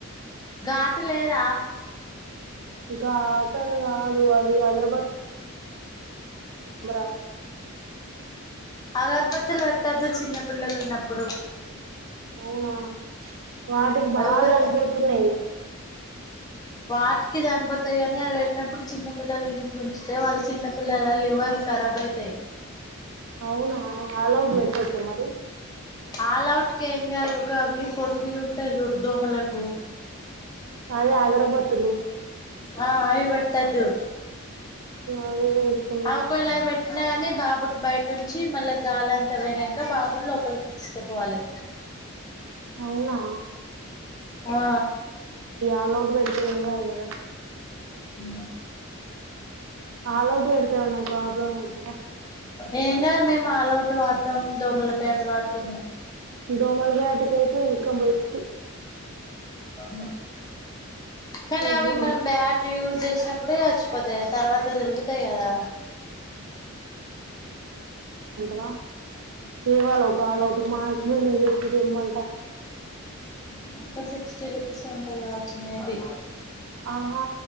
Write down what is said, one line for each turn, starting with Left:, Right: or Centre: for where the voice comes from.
Left: గాటు లేదా
Right: ఇంకా ఆటలు కాదు అవి ఎగర ఆఫ్
Left: అగర్భతులు పెట్టొద్దు దు చిన్న పిల్లలు ఉన్నప్పుడు
Right: అవునా వాటికి బాగా
Left: అది ఊపిరి
Right: చనిపోతున్నాయి
Left: వాటికి చనిపోతాయి కాని అది పెట్టినప్పుడు చిన్న పిల్లల ఇంట్లో ఉంచితే వాళ్ళ చిన్న పిల్లల లివర్లు కరబ్ అయితాయి
Right: అవునా ఆలౌట్ పెట్టచ్చ మరి
Left: ఆలౌట్ కీ ఏం కాదు ఒక పొడుగుయి ఉంటాయి చూడు దోమలకు
Right: అదే అగరబత్తులు
Left: ఆ అయిబెట్టదు
Right: అవే తెస్తున్నా
Left: అవకోలా పెట్టినా గాని బాబు బయటినుంచి వచ్చి మళ్ళా గాలంతా పోయి నాక బాబుని లోపలికి తీసుకుపోవాలి
Right: అవునా
Left: ఆ
Right: అలౌట్ పెడితే ఇంకా కదా
Left: అ
Right: ఆల్ అఔట్ పెడతే ఎమన్న ప్రాబ్లమ నీకు స
Left: ఏంకాద్ మేము ఆల్ అవుట్ వాడతాం దోమల బ్యాట్ వాడుతాం తను
Right: దోమల్ బేట్ తే ఇంక బెస్ట్
Left: అ కానీ
Right: ఎవ్వి
Left: అవి
Right: ఉండవు
Left: మనం బ్యాట యూజ్ చేసినప్పుడే చచ్చిపోతాయి తర్వాత దొరుగుతాయి కదా
Right: వా బీరువాలో ఒక అలౌట్ మా హస్బెండ్ కి చెప్పిందెమ్మంట
Left: ఊ ఎంత సిక్స్టీ రూపీస్ ఉంటాయి కావచ్చు మేబి
Right: అహో